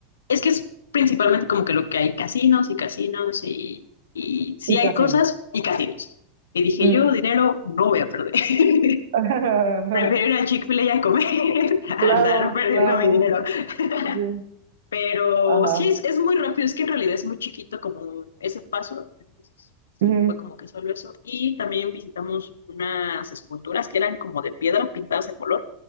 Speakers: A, on the left (about 80°); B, on the right (about 75°).
A: Es que es principalmente como que lo que hay casinos y casinos y, y sí
B: y
A: hay
B: casino.
A: cosas y casinos. Y dije,
B: Mm.
A: yo dinero no voy a perder. <laughs>
B: <laughs>
A: Prefiero ir a Chick-fil-A y a comer, <laughs> a
B: Claro,
A: andar perdiendo
B: claro.
A: mi dinero. <laughs>
B: Sí.
A: Pero
B: Ajá.
A: sí, es, es muy rápido, es que en realidad es muy chiquito como ese paso. Entonces
B: Ujú,
A: fue como que solo eso. Y también visitamos unas esculturas que eran como de piedra pintadas de color